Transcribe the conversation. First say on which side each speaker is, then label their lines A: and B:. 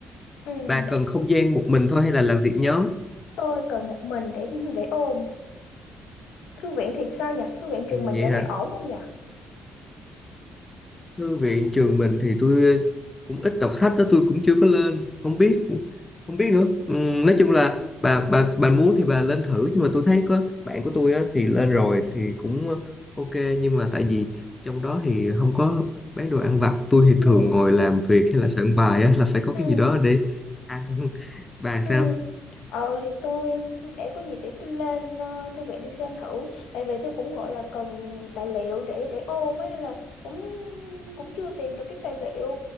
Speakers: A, on the left (about 80°); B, on the left (about 20°).
A: ừ,
B: bà
A: để
B: cần không gian một mình thôi hay là làm việc nhóm
A: tôi cần một mình để để ôn. Thư viện thì sao nhỉ? Thư viện trường
B: ừ,
A: mình
B: vậy
A: dạo
B: hả
A: này ổn không nhỉ?
B: thư viện trường mình thì tôi ờ, cũng ít đọc sách đó tôi cũng chưa có lên không biết không biết nữa Ừm, nói chung là bà bà bà muốn thì bà lên thử nhưng mà tôi thấy có bạn của tôi á, thì lên rồi thì cũng ờ, ok nhưng mà tại vì trong đó thì không có bán đồ ăn vặt tôi thì
A: Ừ,
B: thường ngồi làm việc hay là soạn bài á, là phải có
A: ừ.
B: cái gì đó để ăn <laughs> bà
A: Ừ.
B: sao
A: Ờ thì tôi để có gì để tôi lên ờ, thư viện tôi xem thử tại vì tôi cũng gọi là cần tài liệu để để ôn ấy nên là cũng cũng chưa tìm được cái tài liệu